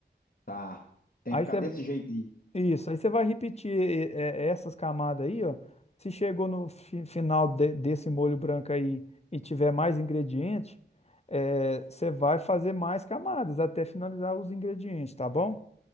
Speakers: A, on the left; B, on the left.
A: tá. Tem
B: Aí
A: que ficar
B: você,
A: desse jeito aí.
B: isso, aí você vai repetir e- e- é, essas camadas aí, ó. Se chegou no fi- final de- desse molho branco aí e tiver mais ingrediente, é, você vai fazer mais camadas até finalizar os ingredientes, tá bom? Beleza.